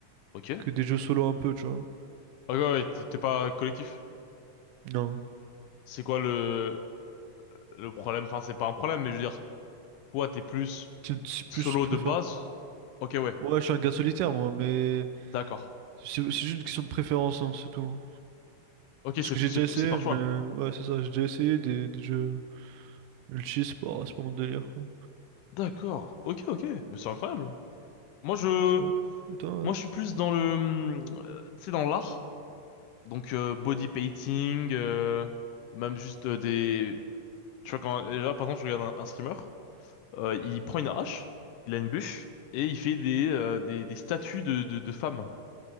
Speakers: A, on the left; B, on the right.
A: Ok.
B: que des jeux solo un peu, tu vois.
A: Ok, ouais, t'es t'es pas collectif.
B: Non.
A: C'est quoi le le problème? Enfin, c'est pas un problème, mais je veux dire. Toi, t'es plus
B: C'est c'est plus
A: solo
B: préférence.
A: de base. Ok, ouais,
B: Ouais, je suis un gars solitaire, moi, mais
A: d'accord.
B: c'est c'est juste une question de préférence, hein, c'est tout.
A: Ok,
B: Parce
A: c'est
B: que j'ai déjà
A: c'est
B: essayé,
A: c'est par
B: mais
A: choix.
B: ouais, c'est ça, j'ai déjà essayé des, des jeux multi, c'est pas, c'est pas mon délire, quoi.
A: D'accord. Ok, ok. Mais c'est incroyable. Moi, je
B: Ouais, ça va. Et toi,
A: moi,
B: ouais.
A: je suis plus dans le hum, euh, tu sais dans l'art. Donc euh, body painting, euh, même juste euh, des tu vois quand là par exemple je regarde un, un streamer, euh, il prend une hache, il a une bûche et il fait des euh, des, des statues de de, de femmes